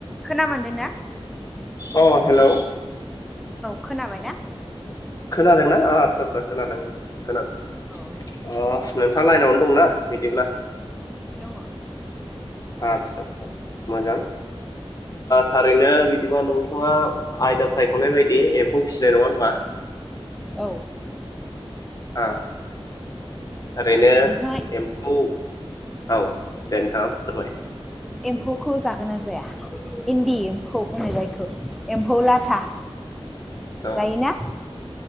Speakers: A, in the centre; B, on the left.
A: खोना मोनदों ना <inaudible>
B: अ हेल'।
A: खोनाबायना
B: खोनादोंनाा आदसा आदसा खोनादों खोनादों
A: औ
B: अ नोंथाङा लाइनावनो दंनाा? बिदिब्ला-
A: दङ
B: आदसा आसा मोजां थारैनो बिदिबा नोंथाङा आयदा सायख'नाय बायदि एम्फौ फिसिनाय नङा होमबा?
A: औ
B: औ। ओरैनो
A: नोंथाङा
B: एम्फौ- औ। दे नोंथाङा फोरमाय।
A: एखौ जागोना जाया इन्दि- एम्फौ बुंखौ जायखौ एम्फौ लाथा
B: औ
A: जायोना